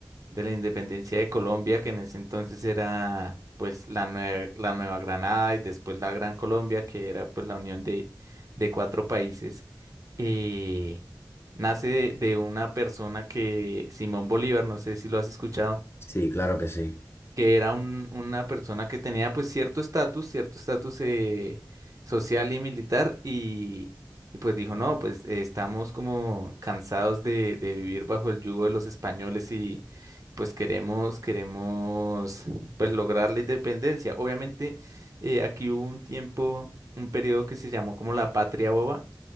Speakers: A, on the right (about 50°); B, on the left (about 35°).
A: de la independencia de Colombia, que en ese entonces era pues la nueva, la Nueva Granada y después la Gran Colombia, que era pues la unión de, de cuatro países, eh, nace de, de una persona que, Simón Bolívar, no sé si lo has escuchado
B: Sí, claro que sí.
A: que era un- una persona que tenía pues cierto estatus, cierto estatus eh, social y militar y, y, pues dijo, no, pues eh, estamos como cansados de, de vivir bajo el yugo de los españoles y pues queremos, queremos pues lograr la independencia. Obviamente eh, aquí hubo un tiempo, un periodo que se llamó como la Patria Boba